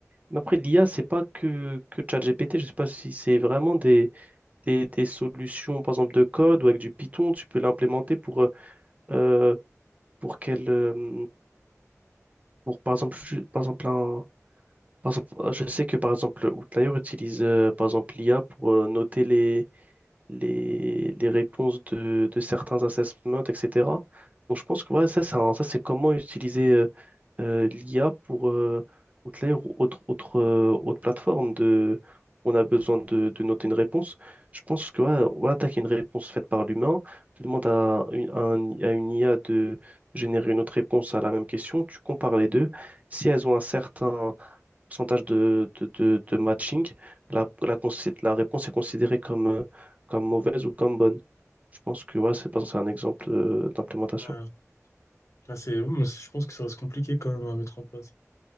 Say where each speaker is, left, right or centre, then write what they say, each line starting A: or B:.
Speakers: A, on the right; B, on the left.
A: mais après l'IA, c'est pas que, que ChatGPT, je sais pas si c'est vraiment des, des, des solutions, par exemple, de code ou avec du Python, tu peux l'implémenter pour, euh, euh, pour quel, euh, pour par exemple, ju- par exemple, un- par exemple, euh, je sais que par exemple, Outlier utilise euh, par exemple l'IA pour euh, noter les les, les réponses de, de certains assessments, etc. Donc je pense que voilà, ça, c'est un- ça, c'est comment utiliser euh, euh, l'IA pour euh, outlier ou autre, autre, euh, autre plateforme de on a besoin de, de noter une réponse. Je pense que voilà, on va attaquer une réponse faite par l'humain. Tu demandes à, une- à, un- à une IA de générer une autre réponse à la même question. Tu compares les deux. Si elles ont un certain pourcentage de, de, de- de matching, la, la, consi- la réponse est considérée comme, euh, comme mauvaise ou comme bonne. Je pense que ouais, c'est pas- c'est un exemple euh, d'implémentation.
B: Ouais. Là, c'est, je pense que ça reste compliqué quand même à mettre en place.